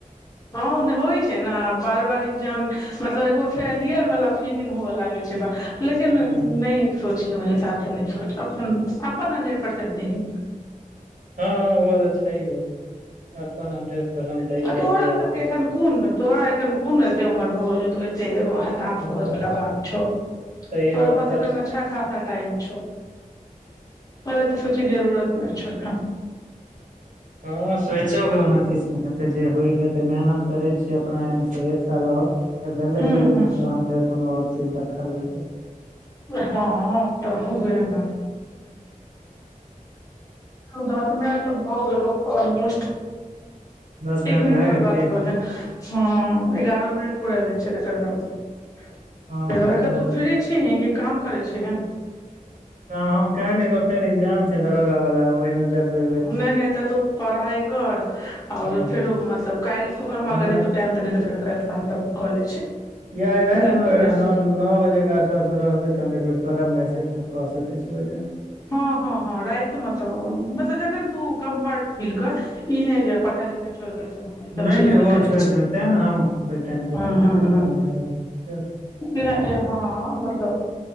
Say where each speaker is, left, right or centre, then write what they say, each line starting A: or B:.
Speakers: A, on the left (about 25°); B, on the right (about 65°).
A: हँ होइ छै ने बार बार एग्जाम मतलब एगो फेलियर वला फीलिंग हुए लागै छै लेकिन
B: ह
A: नहि सोची ओइ हिसाब सँ नै सोच अपन अपन हड्रेड पर्सेंट देही
B: हँ हँ ओ तऽ छैहे <inaudible> अपन हंड्रेड परसेंट दै
A: आ
B: छियै
A: तोरा
B: आब जे
A: सब
B: हेतै
A: केँ एखन कोन तोरा एखन कोन ऐतै उमर भऽ गेलौं <unintelligible> हतास
B: हँ
A: हो बला बात छैऽ <inaudible>
B: तैयो
A: तोरा पास
B: पर
A: अखैन अच्छा खासा टाइम छैऽ <inaudible> पर ऐतै सोचै केँ जरूरत नहि छै अखन
B: <unintelligible> हेतै जे होइ केँ हेतै मेहनत करै छीयै अपना <unintelligible> एक साल और भेलै
A: हूँ
B: भेलै
A: हूँ
B: नै तहन फेर कोनो और चीज दखल जेतै
A: <unintelligible> आब दस मिनट तऽ भ गेलों ऑलमोस्ट
B: दस
A: <inaudible> एक
B: भए
A: मिनट और
B: गेल
A: बात
B: की
A: कऽ ले <inaudible> ह एगारह मिनट पूरैलए छै तकर बाद <inaudible>
B: हँ
A: फेरो
B: एगारह
A: एखन तू फ्री
B: मिनट।
A: छी कि काम करै छी ही
B: <unintelligible> काइल एगो फेर एग्जाम छै दरोगा वला ओहिमे जबै
A: नै नै तऽ तू पढ़ाइ कर और
B: हूँ
A: फेरो मतलब काइल सुबह
B: हँ
A: हेतै टाइम तऽ नहि त फेर ओ हम त कऽ ले छी
B: या आइ राइत
A: एखन
B: <unintelligible> नओ
A: तो राति
B: बजे केँ आसपासमे रहबै तऽ हम एक बेर करब मैसेज तऽ कऽ सकैत छी ओहि टाइम
A: हँ हँ हँ राति मे तऽ मतलब जखन तू कम्फर्ट फील कर ई नहि जे पढ़ाइ लिखाइ छोड़ि
B: <inaudible>
A: कऽ ई सब
B: नहि
A: चीज
B: नहि ओ
A: करैके
B: छोड़
A: छै
B: कऽ नहि तैँ ने हम ओहि टाइम पर
A: हँ हँ हँ
B: <inaudible> <unintelligible>
A: <unintelligible> हँ मतलब